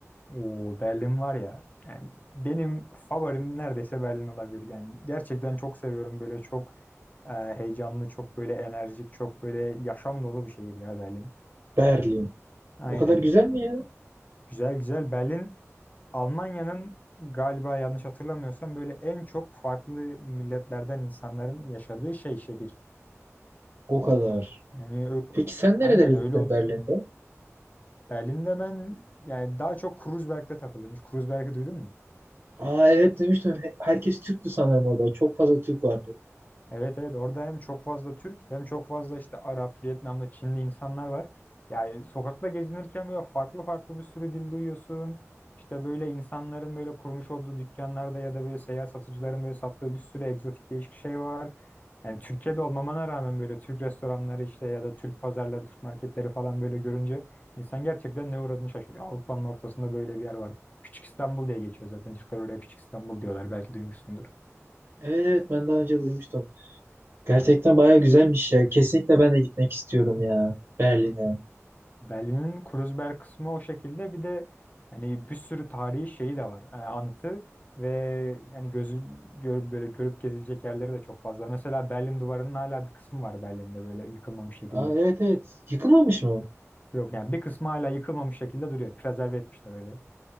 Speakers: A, on the left; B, on the right.
A: O Berlin var ya. Yani benim favorim neredeyse Berlin olabilir. Yani gerçekten çok seviyorum böyle çok e, heyecanlı, çok böyle enerjik, çok böyle yaşam dolu bir şehir ya Berlin.
B: Berlin.
A: Aynen.
B: O kadar güzel mi ya?
A: Güzel güzel. Berlin Almanya'nın galiba yanlış hatırlamıyorsam böyle en çok farklı milletlerden insanların yaşadığı şey şehir.
B: O kadar.
A: Yani öyle,
B: Peki sen nerelere
A: aynen
B: gittin
A: öyle olunca.
B: Berlin'de?
A: Berlin'de ben yani daha çok Kreuzberg'de takılıyormuş. Kreuzberg'i duydun mu?
B: Aa evet duymuştum. He- Herkes Türktü sanırım orada. Çok fazla Türk vardı.
A: Evet evet orada hem çok fazla Türk hem çok fazla işte Arap, Vietnamlı, Çinli insanlar var. Yani sokakta gezinirken böyle farklı farklı bir sürü dil duyuyorsun. İşte böyle insanların böyle kurmuş olduğu dükkanlarda ya da böyle seyyar satıcıların böyle sattığı bir sürü egzotik değişik şey var. Yani Türkiye'de olmamana rağmen böyle Türk restoranları işte ya da Türk pazarları, Türk marketleri falan böyle görünce insan gerçekten ne uğradığını şaşırıyor. Avrupa'nın ortasında böyle bir yer var. Küçük İstanbul diye geçiyor zaten. Türkler oraya Küçük İstanbul diyorlar. Belki duymuşsundur.
B: Evet evet ben daha önce duymuştum. Gerçekten baya güzelmiş ya. Kesinlikle ben de gitmek istiyorum ya Berlin'e.
A: Berlin'in Kreuzberg kısmı o şekilde. Bir de hani bir sürü tarihi şeyi de var. e, anıtı ve yani gözü görüp böyle görüp gezilecek yerleri de çok fazla. Mesela Berlin Duvarı'nın hala bir kısmı var Berlin'de böyle yıkılmamış şekilde.
B: Aa evet evet. Yıkılmamış mı?
A: Yok yani bir kısmı hala yıkılmamış şekilde duruyor. Prezerve etmişler öyle.